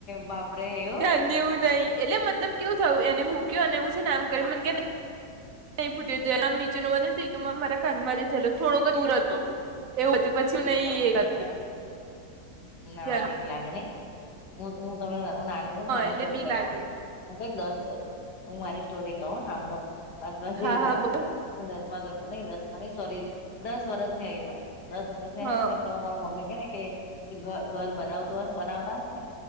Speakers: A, on the left; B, on the right.
A: બાપરે એવું
B: ત્યારની હું નહીં એટલે મતલબ કેવું થયું એને મૂક્યું અને હું છે આમ કરીન મને કે નઈ ફૂટ્યો જ્યાર આમ નીચેમાં જોયું ને તો એકદમ મારા કાનમાં ચયલો થોડોક દૂર હતો. એવું હતું પછી હું નહીં
A: બાપરે
B: એ કરતી
A: હા ના
B: જ
A: બીક લાગે નહીં હું હું તમને હું નાની હતીને તને
B: એટલે
A: સ્ટોરી
B: બીક
A: બતાવું.
B: લાગે
A: હું કઈક દસ હું મારી સ્ટોરી કવ હ હાભળો હસવા જેવી
B: હા
A: વાત
B: હા બોલ
A: છે. હું દસમા ધોર નઈ દસ નઈ સોરી દસ વર્ષની હોવીશ હું દસ વર્ષની
B: હા
A: હોઈશ ને તો માર મમ્મી કે ને કે ઘ ઘર બનાવતો સ બનાવતાં હશે ને.